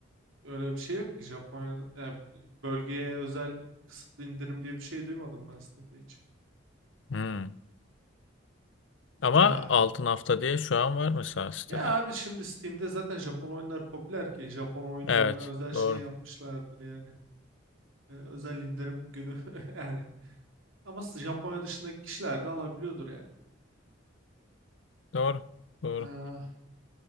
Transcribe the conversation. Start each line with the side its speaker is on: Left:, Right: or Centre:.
Right: Öyle bir şey yok ki Japonya'da. Yani bölgeye özel kısıtlı indirim diye bir şey duymadım ben Steam'de hiç.
Left: Hmm. Ama
Right: Aa.
Left: altın hafta diye şu an var mesela sitede.
Right: Ya abi şimdi Steam'de zaten Japon oyunlar popüler ki. Japon oyunlarına
Left: Evet,
Right: özel şey
Left: doğru.
Right: yapmışlardır yani. Ee, özel indirim günü <laughs> yani. Ama s- Japonya dışındaki kişiler de alabiliyordur yani.
Left: Doğru. Doğru.
Right: Aa,